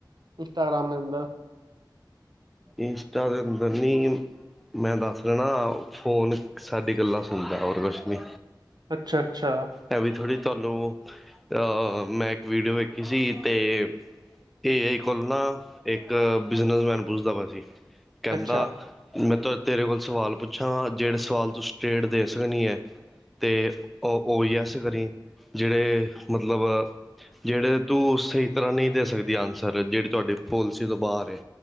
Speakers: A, on the right (about 60°); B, in the centre.
A: ਇੰਸਟਾਗ੍ਰਾਮ ਦੇ ਅੰਦਰ।
B: ਇੰਸਟਾ ਦੇ ਅੰਦਰ ਨੀ ਮੈਂ ਦੱਸ ਰੇਆ ਨਾ, ਫੋਨ ਸਾਡੀ ਗੱਲਾ ਸੁਣਦਾ, ਹੋਰ ਕੁਛ ਨੀ।
A: ਅੱਛਾ-ਅੱਛਾ।
B: ਐਵੀਂ ਥੋੜ੍ਹੀ ਤੁਆਨੂੰ, ਅਹ ਮੈਂ ਇੱਕ ਵੀਡੀਓ ਵੇਖੀ ਸੀ ਤੇ ਏ ਆਈ ਕੋਲ ਨਾ, ਏਕ ਬਿਜਨਸਮੈਨ ਪੁੱਛਦਾ ਬਯਾ ਸੀ, ਕੇਂਦਾ
A: ਅੱਛਾ
B: ਮੈਂ ਤਾ ਤੇਰੇ ਕੋਲ ਸਵਾਲ ਪੁੱਛਾਂ, ਜੇੜੇ ਸਵਾਲ ਤੁ ਸਟ੍ਰੇਟ ਦੇ ਸਕਣੀ ਏ, ਤੇ ਔ ਯੈਸ ਕਰੀ, ਜੇੜੇ ਮਤਲਬ ਜੇੜੇ ਤੂੰ ਸਈ ਤਰ੍ਹਾਂ ਨਈ ਦੇ ਸਕਦੀ ਆਨਸਰ, ਜੇਹੜੀ ਤੁਆਡੀ ਪੋਲਿਸੀ ਤੋਂ ਬਾਰ ਏ